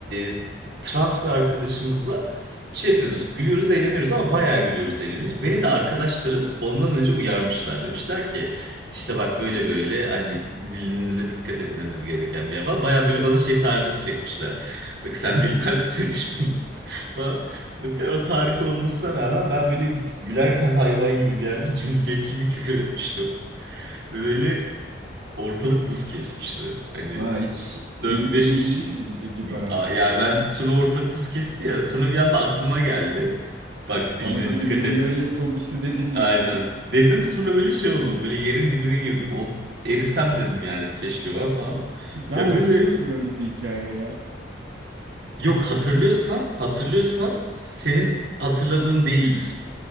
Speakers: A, on the right (about 60°); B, on the right (about 85°).
A: e, trans bir arkadaşımızla şey yapıyoruz. Gülüyoruz, eğleniyoruz ama bayağı gülüyoruz, eğleniyoruz. Beni
B: <laughs>
A: de arkadaşlarım ondan önce uyarmışlar. Demişler ki işte bak böyle böyle hani dilinize dikkat etmemiz gereken bir yer falan. Bayağı böyle bana şey tarifesi çekmişler. Bak sen bilmezsin <laughs> şimdi. Falan. Bak, o tarifi olmasına rağmen ben böyle gülerken hayvan gibi bir yerde cinsiyetçi bir küfür etmiştim. Ve böyle ortalık buz kesmişti. Hani
B: Ha, hiç yerin
A: dört beş
B: dibine
A: kişi
B: girmiş miydin peki Baran?
A: A- Ya ben sonra ortalık buz kesti ya. Sonra bir anda aklıma geldi. Bak diline
B: Bana böyle
A: dikkat
B: bir uyarı
A: et.
B: yapılmıştı dedin yani.
A: Aynen. Dedim sonra böyle şey oldu. Böyle yerin dibine girdim. Ol, erisem dedim yani keşke var falan.
B: Ben
A: Ya
B: hatırlıyorum
A: böyle
B: böyle bir hikaye ya.
A: yok hatırlıyorsan hatırlıyorsan senin hatırladığın değildir.